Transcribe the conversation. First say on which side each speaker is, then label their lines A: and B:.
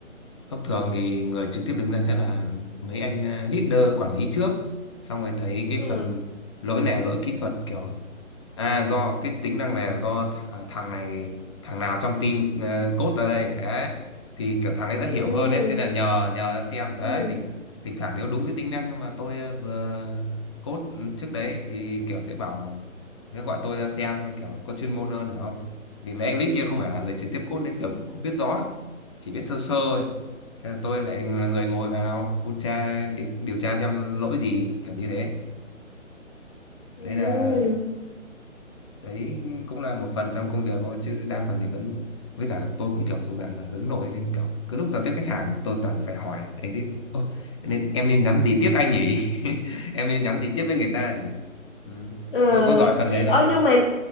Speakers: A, on the left (about 20°); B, on the left (about 40°).
A: Thông thường thì người trực tiếp đứng ra sẽ là mấy anh ờ, leader quản lý trước xong rồi thấy cái
B: ừ
A: phần lỗi này là lỗi kỹ thuật kiểu à do cái tính năng này là do th à, thằng này thằng nào trong team uh, code ra đây đấy thì kiểu thằng ấy sẽ
B: ừ
A: hiểu hơn ấy thế là nhờ nhờ ra xem đấy
B: ừ
A: thỉnh thỉnh thoảng nếu đúng cái tính năng mà tôi ờ, vừa code trước đấy thì kiểu sẽ bảo sẽ gọi tôi ra xem kiểu có chuyên môn hơn hiểu không vì mấy anh lead kia không phải là người trực tiếp code nên kiểu cũng không biết rõ chỉ biết sơ sơ thôi Thế là tôi lại là người ngồi vào hút tra điều, điều tra xem lỗi gì kiểu như thế
B: ừ
A: đấy là đấy cũng là một phần trong công việc thôi chứ đa phần thì vẫn với cả tôi cũng kiểu thuộc dạng là hướng nội nên kiểu cứ lúc giao tiếp khách hàng tôi toàn phải hỏi anh tiếp "Ô, nên em nên nhắn gì tiếp anh nhỉ <laughs> em nên nhắn gì tiếp với người ta nhỉ ừ.
B: ờ
A: tôi có giỏi phần đấy đâu
B: ờ nhưng mà